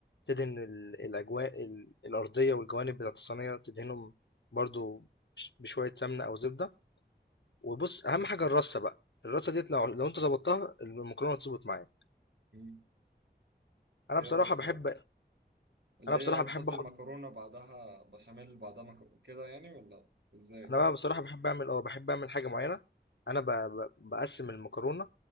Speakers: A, on the left; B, on the right.
A: تدهن ال- الأجواء ال- الأرضية والجوانب بتاعت الصينية تدهنهم برضو بش- بشوية سمنة أو زبدة وبص أهم حاجة الرصة بقى الرصة ديت لو لو أنت ظبطتها المكرونة هتظبط معايا
B: امم
A: أنا
B: ايه
A: بصراحة
B: الرصه
A: بحب
B: بقى اللي
A: أنا بصراحة
B: هي تحط
A: بحب آخد
B: المكرونة بعدها بشاميل بعدها مكرونة كده يعني ولا ازاي؟
A: أنا بقى بصراحة بحب أعمل أه بحب أعمل حاجة معينة أنا ب... ب... بقسم المكرونة